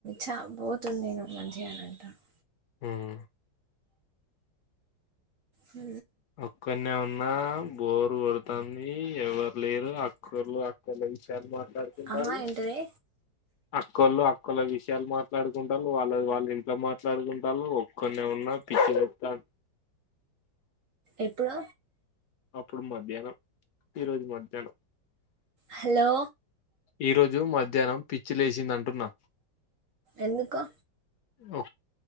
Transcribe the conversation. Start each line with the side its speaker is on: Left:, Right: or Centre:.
Right: చ పోతుంది నేను మంచిగా అనింటా <inaudible>
Left: ఉం
Right: హ
Left: ఒక్కడనే ఉన్నా బోరు కొడుతుంది ఎవరు లేరు అక్కొల్లు అక్కర్లే విషారు మాట్లాడుతుంది
Right: ఆ
Left: <unintelligible>
Right: ఏంటిది
Left: అక్కోళ్ళు అక్కోళ్ళ విషయాలు మాట్లాడుకుంటారు వాళ్ళ వాళ్ళ ఇంట్లో మాట్లాడుకుంటారు ఒక్కనే వున్న న్న పిచ్చి లెత్తంది
Right: ఎప్పుడ
Left: ఇప్పుడు మధ్యాహ్నం ఈరోజు మధ్యాహ్నం
Right: హలో
Left: ఈ రోజు మధ్యాహ్నం పిచ్చి లేసిందంటున్నా
Right: ఎందుకు
Left: ఓ